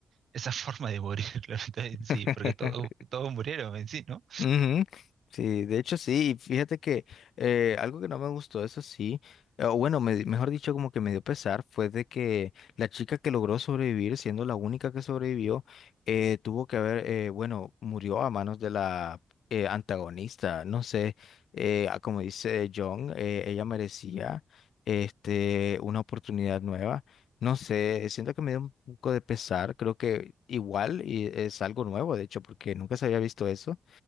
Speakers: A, on the right (about 70°); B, on the left (about 85°).
A: esa <laughs> forma de morir, <laughs> la verdad, en sí,
B: <laughs>
A: porque todos todos murieron en sí, ¿no?
B: Ujú, Sí, de hecho sí, y fíjate que eh, algo que no me gustó, eso sí, eh, o bueno, me di- mejor dicho, como que me dio pesar, fue de que la chica que logró sobrevivir, siendo la única que sobrevivió, eh, tuvo que haber, eh, bueno, murió a manos de la eh, antagonista, no sé, eh, ah, como dice John, eh, ella merecía este, una oportunidad nueva. No sé, siento que me dio un poco de pesar, creo que igual y es algo nuevo, de hecho, porque nunca se había visto eso.